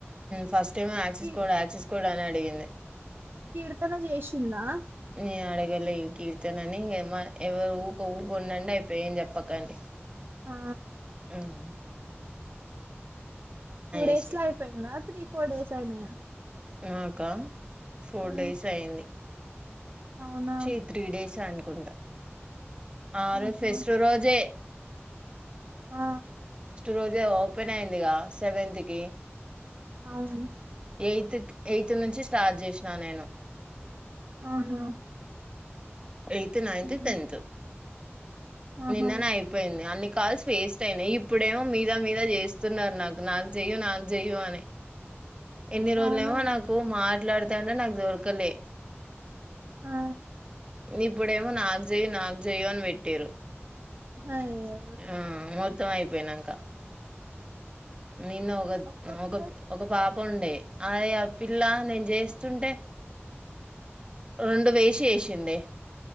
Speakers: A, on the right; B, on the right.
A: first time access
B: key
A: code access code అని అడిగింది
B: కీర్తన చేసిందా
A: న అడగల్ ఇ కీర్తన నీ ఎవరు ఊక ఊక ఉండండి అయిపో ఏం చెప్పకండి
B: ఆ
A: మ్మ్
B: టూ డేస్
A: ఇష్టం
B: లో అయిపోయిందా త్రీ ఫోర్ డేస్ అయినాయా
A: నాక ఫోర్
B: ఆ
A: డేస్ అయింది
B: అవునా
A: శీ త్రీ డేస్ అనుకుంట ఆరు
B: ఆహా
A: ఫెస్ రోజే
B: ఆ
A: రోజ ఓపెన్ అయింది క సెవెంత్ కి
B: అవును
A: ఎయిట్ ఎయిత్ నుంచి స్టార్ట్ చేసినా నేను
B: ఆహా
A: ఎయిత్ నైన్త్
B: ఉమ్,
A: టెన్త్
B: ఆహా
A: నిన్ననే అయిపోయింది అన్ని కాల్స్ వేస్ట్ అయినాయి ఇప్పుడేమో మీద మీద చేస్తున్నారు నాకు నాకు చెయ్య నాకు చెయ్య అని ఎన్ని రోజులు
B: అవునా
A: ఏమో నాకు మాట్లాడితేంటే నాకు దొరకలే
B: ఆ
A: ఇప్పుడేమో నాకు చెయ్య నాకు చెయ్య అని పెట్టారు
B: అయ్యో
A: ఆ మొత్తం అయిపోయినాక నిన్న ఒక
B: ఒక్కొక్క
A: ఒక ఒక పాప ఉండే ఆ ఆ పిల్ల నేను చేస్త వస్తుంటే రెండు వేసి వేసింది